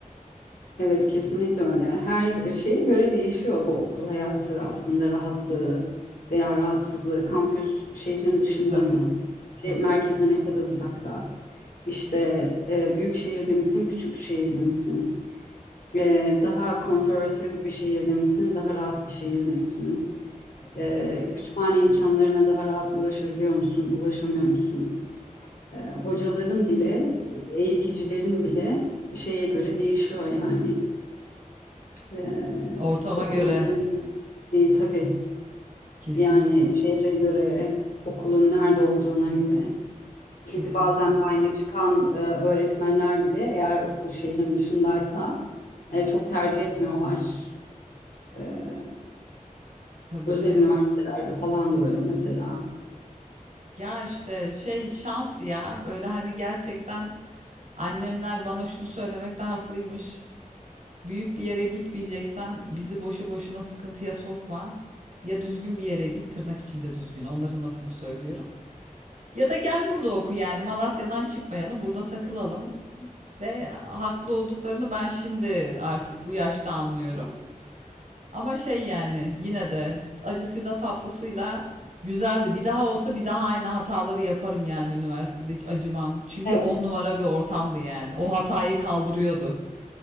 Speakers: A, on the left; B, on the right.
A: Evet kesinlikle öyle. Her e, şeye göre değişiyor bu okul hayatı aslında rahatlığı
B: Hı hı.
A: veya rahatsızlığı. Kampüs şehrin dışında
B: Tabii,
A: mı? Şey,
B: tabii.
A: merkeze ne kadar uzakta? İşte e, büyük şehirde misin, küçük şehirde misin? E, daha konservatif bir şehirde misin, daha rahat bir şehirde misin?
B: Kesinlikle.
A: E, kütüphane imkanlarına daha rahat ulaşabiliyor musun, ulaşamıyor musun? E, hocaların bile, e, eğiticilerin bile şeye göre değişiyor yani. Ee,
B: Ortama
A: okulun
B: göre.
A: konumu e, tabii
B: Kesinlikle,
A: yani şehre göre, okulun nerede olduğuna göre.
B: kesinlikle.
A: Çünkü bazen tayini çıkan e, öğretmenler bile eğer okul şehrin dışındaysa e, çok tercih etmiyorlar. Ee,
B: Tabii
A: özel
B: canım.
A: üniversitelerde falan da öyle mesela.
B: Ya işte şey şans ya. Böyle hani gerçekten annemler bana şunu söylemekte haklıymış. Büyük bir yere gitmeyeceksen bizi boşu boşuna sıkıntıya sokma. Ya düzgün bir yere git, tırnak içinde düzgün. Onların lafını söylüyorum. Ya da gel burada oku yani. Malatya'dan çıkmayalım, burada takılalım. Ve haklı olduklarını ben şimdi artık bu yaşta anlıyorum. Ama şey yani yine de acısıyla tatlısıyla güzeldi. Bir daha olsa bir daha aynı hataları yaparım yani üniversitede hiç acımam. Çünkü
A: Evet,
B: on numara bir ortamdı yani. O hatayı kaldırıyordu.